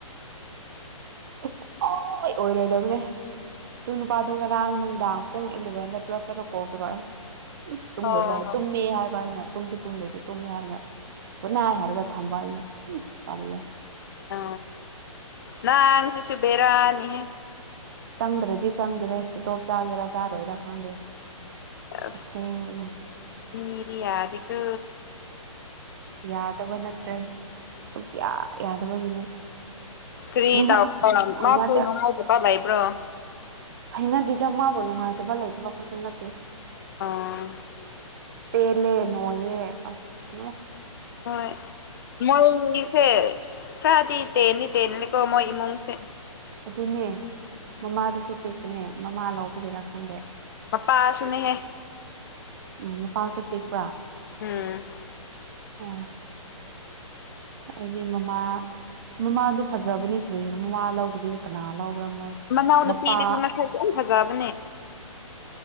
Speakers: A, on the right; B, on the left.
A: ꯁꯨꯀꯣꯏ ꯑꯣꯏꯔꯣꯏꯗꯕꯅꯦ ꯑꯗꯨ ꯅꯨꯄꯥꯗꯣ ꯉꯔꯥꯡ ꯅꯨꯡꯗꯥꯡ ꯄꯨꯡ ꯏꯂꯚꯦꯟꯗ ꯇꯨꯋꯦꯜꯞꯇ ꯀꯧꯗꯣꯔꯛꯑꯦ ꯎ ꯇꯨꯝꯕ꯭ꯔꯥ
B: ꯑꯣ
A: ꯍꯥꯏ ꯇꯨꯝꯃꯦ ꯍꯥꯏꯕ ꯑꯩꯅ ꯇꯨꯝꯁꯨ ꯇꯨꯝꯗꯦ ꯑꯗꯨꯗ ꯇꯨꯝꯃꯦ ꯍꯥꯏꯔꯒ ꯅꯥꯏ ꯍꯥꯏꯔꯒ ꯊꯝꯕ ꯑꯩꯅ ꯎ ꯄꯜꯂꯦ
B: ꯑ ꯅ ꯁꯤꯁꯨꯕꯦꯔꯥꯅꯤꯍꯦ
A: ꯆꯪꯗ꯭ꯔꯗꯤ ꯆꯪꯗ꯭ꯔꯦ ꯇꯣꯞ ꯇꯣꯞ ꯆꯥꯒꯦꯔꯥ ꯆꯥꯔꯣꯏꯔꯥ ꯈꯪꯗꯦ
B: ꯑ
A: ꯑꯁꯦꯡꯕꯅꯤ
B: ꯃꯤꯗꯤ ꯌꯥꯗꯤꯒ
A: ꯌꯥꯗꯕ ꯅꯠꯇ꯭ꯔꯦ ꯁꯨꯛꯌꯥ ꯌꯥꯗꯕꯒꯤꯅꯤ
B: ꯀꯔꯤ
A: ꯀꯔꯤꯅꯣ
B: ꯇꯥꯎ
A: ꯑꯁ ꯍꯩꯅꯗꯦ
B: ꯃꯥꯁꯨ ꯅꯨꯡꯉꯥꯏꯇꯦꯕ ꯂꯩꯕ꯭ꯔꯣ
A: ꯏꯅꯗꯤꯗ ꯃꯥꯕꯣ ꯉꯥꯏ ꯍꯥꯏꯇꯣꯕꯜ ꯂꯩꯥꯏ ꯋꯥꯈꯗ ꯅꯠꯇꯦ
B: ꯑꯥ
A: ꯇꯦꯂꯦ ꯅꯣꯌꯦꯦ ꯑꯁꯅ
B: ꯍꯣꯏ ꯃꯣꯏꯁꯦ ꯈꯗꯤ ꯇꯦꯅꯤ ꯇꯅꯤꯅꯤꯀꯣ ꯃꯣꯏ ꯏꯃꯨꯡꯁꯦ
A: ꯑꯗꯨꯅꯦ ꯃꯃꯥꯗꯁꯨ ꯄꯤꯛꯄꯅꯦ ꯃꯃꯥ ꯂꯧꯕꯒꯤꯦꯔꯥ ꯈꯪꯗꯦ
B: ꯃꯄꯥꯁꯨꯅꯦꯍꯦ
A: ꯎꯝ ꯅꯨꯄꯥꯁꯨ ꯄꯦꯛꯄ꯭ꯔꯥ
B: ꯎꯝ
A: ꯑꯣ ꯑꯩꯗꯤ ꯃꯃꯥ ꯃꯃꯥꯗꯨ ꯐꯖꯕꯅꯤ ꯀꯔꯤꯣ ꯃꯃꯥ ꯂꯧꯗꯕꯤ ꯀꯅꯥ ꯂꯧꯕ꯭ꯔꯥ ꯃꯣꯏ
B: ꯃꯅꯥꯎꯅꯨꯄꯤꯗꯤ
A: ꯃꯄꯥ
B: ꯃꯁꯥꯁꯨ ꯌꯥꯝ ꯐꯖꯕꯅꯦ